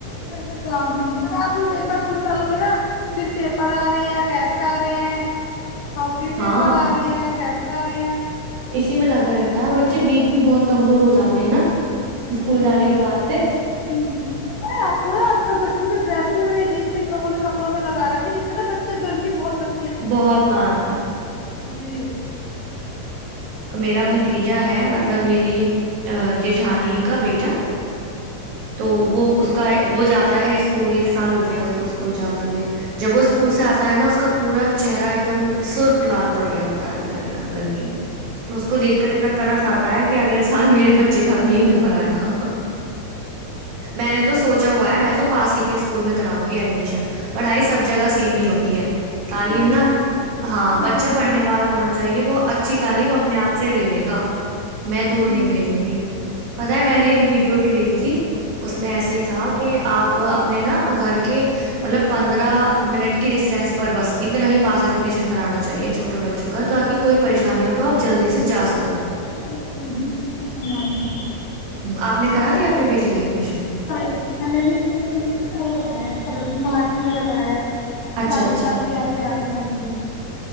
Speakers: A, on the left; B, on the right.
A: کوئی کام بھی نہیں ہوتا آپ ایک بار اسکول ڈالو گے نا پھر پیپر آ رہے ہیں ٹیسٹ آ رہے ہیں اور پھر
B: ہاں
A: پیپر آ رہے ہیںپ <inaudible>
B: اسی میں لگا رہتا ہے بچے ویک بھی بہت کمزور ہو جاتے ہیں نا
A: <inaudible>
B: اسکول جانے کے بعد سے
A: پتہ ہے اج آپکو اج کل بچھو کے <inaudible> ہاں جی بڑے عجیب سے ان لوگ نے کپڑوں میں لگا رکھ جسےا بچہ گرمی بہت لگ
B: ہاں <inaudible> بہت مانتا ہے
A: جی
B: میرا بھتیجا ہے مطلب میری جیٹھانی کا بیٹا تو وہ اس کا وہ جاتا ہے اسکول ایک سال ہو گیا اس کو اسکول جاتے ہوئے جب وہ اسکول سے آتا ہے نا اس کا پورا چہرہ ایک دم سرخ لال پڑ رہے ہوتا ہے بچارے گرمی میں تو اس کو دیکھ کر اتنا ترس آتا ہے کہ آ اگے سال میرے بچے کا بھی یہی نمبر آئے گا میں نے تو سوچا ہوا ہے میں تو پاس ہی کے اسکول میں کراؤں گی ایڈمیشن پڑھائی سب جگہ سیم ہی ہوتی ہے تعلیم
A: ہاں
B: نہا
A: جی
B: ہاں
A: بالکل
B: بچہ پڑھنے
A: بالکل
B: والا ہونا وہ اچھی تعلیم اپنے آپ سے لے لے گا میں دور نہیں
A: جی
B: بھیجوں گی پتاہ ہے میں نے
A: ہاں
B: ایک ویڈیو بھی دیکھی تھی اس میں ایسے ہی تھا کہ آپ اپنے نا گھر کے مطلب پندرہ منٹ کی ڈسٹینس پر بس اتنا ہی پاس ایڈمیشن کرانا چاہیے چھوٹو بچوں کا تاکہ کوئی پریشانی ہو تو آپ جلدی سے جا سکو
A: <inaudible>
B: <inaudible> آپ نے کرا دیا اپنی بیٹی کا ایڈمیشن
A: ہاں جی میں نے بھی اس اس سال کرایا ہے مارچ میں <inaudible> <inaudible>
B: اچھا
A: ولید
B: اچھا
A: صاحب کے آتے آ کے ہاں جی